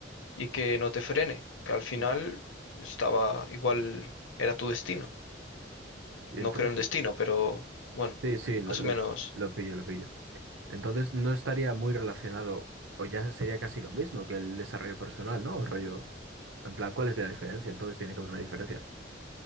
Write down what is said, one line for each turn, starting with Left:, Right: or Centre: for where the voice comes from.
Left: y que no te frene, que al final
Right: Mm.
Left: estaba igual era tu destino.
Right: Y
Left: No
Right: entonces,
Left: creo en destino, pero bueno,
Right: sí, sí, lo,
Left: más
Right: lo,
Left: o menos.
Right: lo pillo, lo pillo. Entonces no estaría muy relacionado, o ya sería casi lo mismo que el desarrollo personal, ¿no? El rollo, en plan, ¿cuál es la diferencia? Entonces tiene que haber una diferencia.